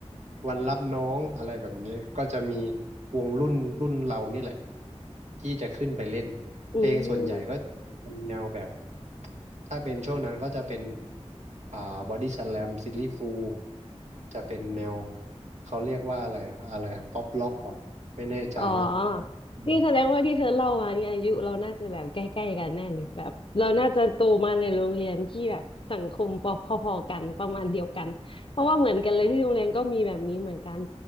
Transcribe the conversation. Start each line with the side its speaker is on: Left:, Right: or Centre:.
Right: วันรับน้องอะไรแบบนี้ก็จะมีวงรุ่นรุ่นเรานี่แหละที่จะขึ้นไปเล่นเพลงส่วนใหญ่ก็
Left: อืม
Right: เป็นแนวแบบถ้าเป็นช่วงนั้นก็จะเป็นอ่าบอดี้สแลมซิลลี่ฟูลจะเป็นแนวเขาเรียกว่าอะไรอะอะไรป๊อปล็อกก่อนไม่แน่ใจนะ
Left: อ๋อ
Right: อืม
Left: นี่แสดงว่าที่เธอเล่ามาเนี่ยอายุเราน่าจะแบบใกล้ๆกันแน่เลยแบบเราน่าจะโตมาในโรงเรียนที่แบบสังคมพอพอๆกันประมาณเดียวกันเพราะว่าเหมือนกันเลยที่โรงเรียนก็มีแบบนี้เหมือนกัน